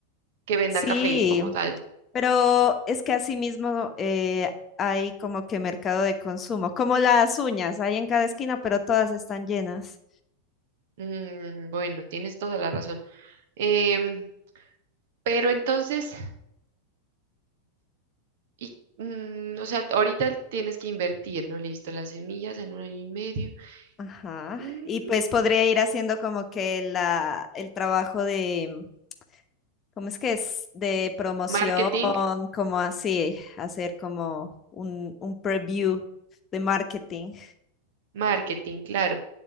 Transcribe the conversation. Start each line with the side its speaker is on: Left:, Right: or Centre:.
Right: que venda
Left: Sí,
Right: café como tal.
Left: Pero es que asimismo eh, hay como que mercado de consumo, como las uñas, hay en cada esquina, pero todas están llenas.
Right: Mm, bueno, tienes toda la razón. Em, pero entonces, y, mm, o sea, ahorita tienes que invertir, ¿no? Listo, las semillas en un año y medio.
Left: Ajá.
Right: Mm,
Left: Y pues podría ir haciendo como que la, el trabajo de, ¿cómo es que es? De promoción,
Right: marketing,
Left: como así, hacer como un, un preview de marketing.
Right: marketing, claro.